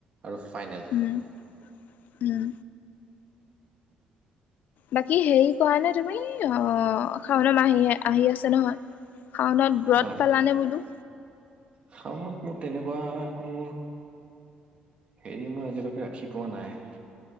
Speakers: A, on the right; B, on the left.
A: আৰু ফাইনেল
B: উম উম বাকী হেৰি কৰা নে তুমি, অ, শাওন মাহ আহি-আহি আছে নহয়। শাওনত ব্ৰত
A: অ
B: পালানে বোলো?
A: শাওনত মোৰ, তেনেকুৱা একো হেৰি, মই আজিলৈকে ৰাখি পোৱা নাই।